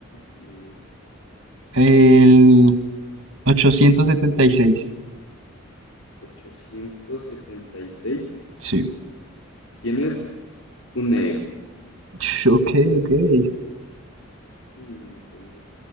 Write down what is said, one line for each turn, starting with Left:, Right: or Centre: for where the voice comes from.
Left: bien.
Right: El 876.
Left: 876.
Right: Sí.
Left: Tienes un medio.
Right: Ush, Ok, ok.
Left: Mm, Entonces,